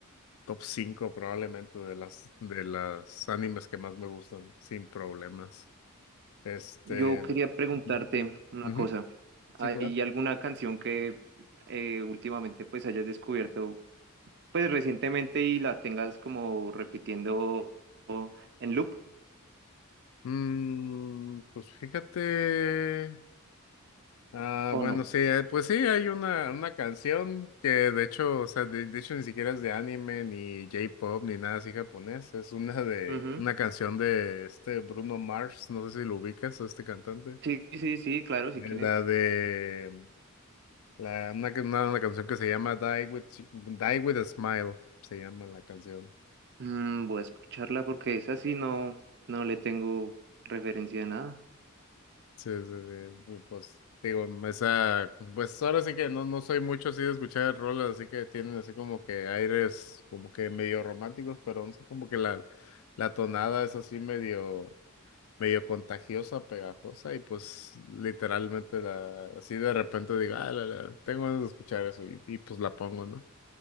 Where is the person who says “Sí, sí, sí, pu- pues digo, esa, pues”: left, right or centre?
Left